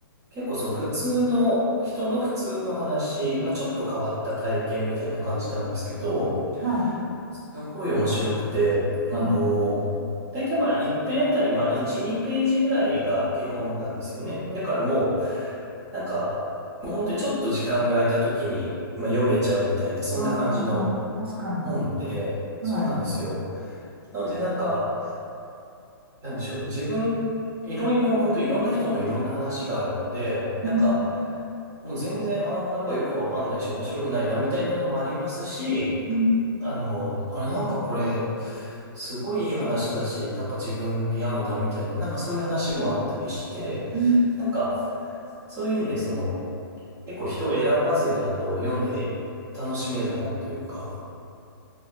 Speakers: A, on the right; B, on the right.
A: 結構その普通の、人の普通の話、まあ、ちょっと変わった体験みたいな感じなんですけど、
B: い。は
A: すごい面白くて、あの、
B: い。はい。
A: だいたいまあ、一編あたり、まあ、1、2ページぐらいが基本なんですよね。だからもう、なんか、もう本当にちょっと時間が空いた時に、まあ、読めちゃうみたいな、そんな感じの、
B: ああ、確かに。
A: 思うんで、そうなんですよ。
B: はい。
A: なのでなんか、なんでしょう。自分、いろいろ、本当いろんな人のいろんな話があるので、なんか、
B: うん、
A: もう全然、あー、なんかよくわかんないし、面白くないな、みたいなのもありますし、
B: うん、
A: あの、あれなんかこれ、すごいいい話だし、なんか自分に合うな、みたいな、なんかそういう話もあったりして、
B: うん、
A: なんか、そういう意味で、その、結構人を選ばずに、あの、読んで楽しめる本というか、